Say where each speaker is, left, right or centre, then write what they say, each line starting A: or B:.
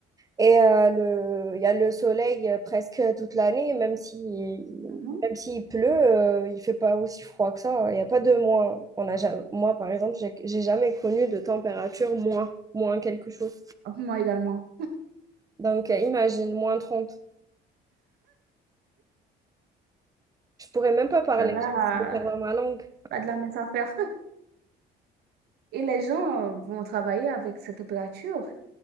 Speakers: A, on the right (about 20°); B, on the right (about 75°).
A: et euh, le, il y a le soleil euh, presque toute l'année, même si,
B: Mhm.
A: même s'il pleut, euh, il fait pas aussi froid que ça. Il n'y a pas de moins. On a ja- moi, par exemple, j'ai j'ai jamais connu de température moins, moins quelque chose.
B: Moi également.
A: Donc, euh, imagine, moins 30. Je pourrais même pas parler,
B: Là, là,
A: je vais perdre ma langue.
B: pas de la mince affaire. <laughs> Et les gens vont travailler avec cette température.